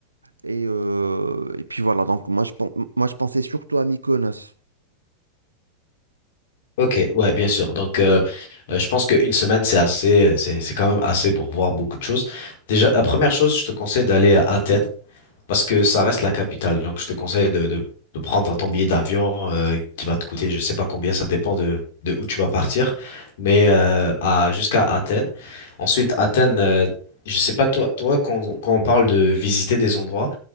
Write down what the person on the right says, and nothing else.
Et, euh, et puis voilà, donc moi, je, pen- moi, je pensais surtout à Mykonos.